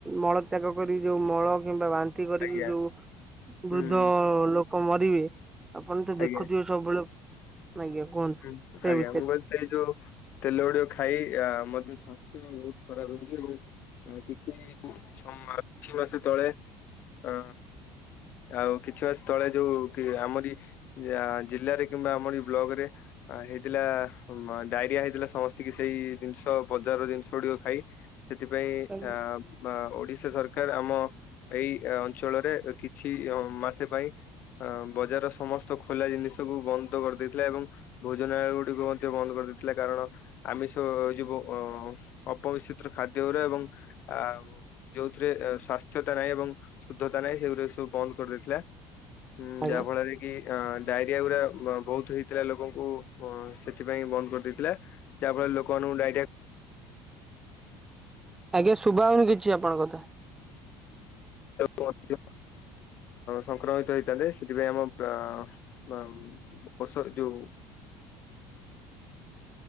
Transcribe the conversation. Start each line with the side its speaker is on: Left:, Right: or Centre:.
Right: ମଳ ତ୍ୟାଗ କରି ଯୋଉ ମଳ କିମ୍ବା ବା ନ୍ତି କରିକି
Left: ଆଜ୍ଞା
Right: ଯୋଉ
Left: ହୁଁ
Right: ବୃଦ୍ଧ ଲୋକ ମରିବେ ଆପଣ ତ
Left: ଆଜ୍ଞା
Right: ଦେଖୁଥିବେ ସବୁବେଳେ ଆଜ୍ଞା କୁହନ୍ତୁ?
Left: ହୁଁ,
Right: ସେ
Left: ଆଜ୍ଞା
Right: ବିଷୟରେ।
Left: ମୁଁ କ ସେଇ ଯୋଉ ତେଲ ଗୁଡିିକ ଖାଇ ଆ ମଧ୍ୟ ସ୍ୱାସ୍ଥ୍ୟ ବି ବହୁତ ଖରାପ ହେଉଛି ଏବଂ ଆ କିଛି ଛ ମାସେ ତଳେ ଅ ଆଉ କିଛି ବାସ ତଳେ ଯୋଉ କି ଆମରି ଯା ଜିଲ୍ଲାରେ କିମ୍ବା ଆମର ଏ ବ୍ଲକ ରେ ହେଇଥିଲା ଡାଇରିଆ ହେଇଥିଲା ସମ ସ୍ତିକି ସେଇ ଜିନିଷ ବଜାରର ଜିନିଷ ଗୁଡିକ ଖାଇ ସେଥିପାଇଁ
Right: ଆଜ୍ଞା
Left: ଆଁ ବା ଓଡିଶା ସର କାର ଆମ ଏଇ ଅଞ୍ଚଳରେ କିଛି ମାସେ ପାଇଁ ଅ ବଜାରର ସମସ୍ତ ଖୋଲା ଜିନିଷକୁ ବନ୍ଦ କରିଦେଇଥିଲା ଏବଂ ଭୋଜନାଳୟ ଗୁଡ଼ିକୁ ମଧ୍ୟ ବନ୍ଦ କରିଦେଇଥିଲା କାରଣ ଆମିଷ ଏଯଉ ଅ ଅପମିଶ୍ରିତ ଖାଦ୍ୟଗୁରା ଏବଂ ଆ ଯୋଉଥିରେ ସ୍ୱାସ୍ଥ୍ୟତା ନାହିଁ ଏବଂ ଶୁଦ୍ଧତା ନାହିଁ ସେଗୁରିକ ସବୁ ବନ୍ଦ କରିଦେଇଥିଲା। ହୁଁ
Right: ଆଜ୍ଞା
Left: ଯାହା ଫଳରେ କି କି ଡାଇରିଆ ଗୁରା ବହୁତ ହେଇଥିଲା ଲୋକଙ୍କୁ ସେଥିପାଇଁ ବନ୍ଦ କରିଦେଇଥିଲା। ଯାହା ଫଳରେ ଲୋକ ମାନଙ୍କୁ ଡାଇରିଆ
Right: ଆଜ୍ଞା! ଶୁଭାହଉନି କିଛି ଆପଣଙ୍କ କଥା।
Left: ମଧ୍ୟ ସଂକ୍ରମିତ ହେଇଥାନ୍ତେ ସେଥିପାଇଁ ଆମ ଓସର ଯଉ